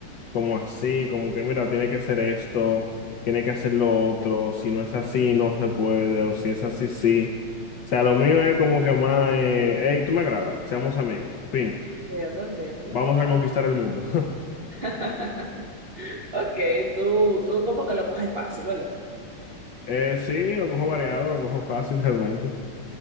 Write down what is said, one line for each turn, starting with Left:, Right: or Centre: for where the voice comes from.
Left: como así, como que, mira, tiene que ser esto, tiene que hacer lo otro, si no es así, no se puede, o si es así, sí. O sea, lo mío es como que más, eh, hey, tú me agradas, seamos amigos, fin,
Right: Entiendo, entiendo.
Left: vamos a conquistar el mundo.
Right: <laughs> Ok, tú, tú como que lo coges fácil, ¿verdad?
Left: Eh, sí, lo cojo variado, lo cojo fácil realmente.